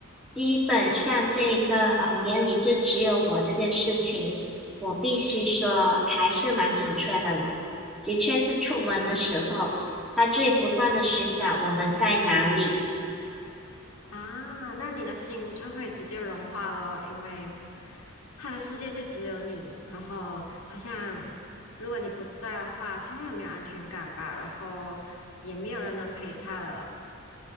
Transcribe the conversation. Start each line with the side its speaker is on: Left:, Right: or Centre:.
Centre: 基本上这个呃眼里就只有我这件事情，我必须说还是蛮准确的啦。的确是出门的时候，
Left: 啊。啊
Centre: 他最不断的寻找我们在哪里。
Left: 嗯。啊，那你的心就会直接融化咯，因为他的世界就只有你，然后好像如果你不在的话，他会很没有安全感吧，然后也没有人能陪他了。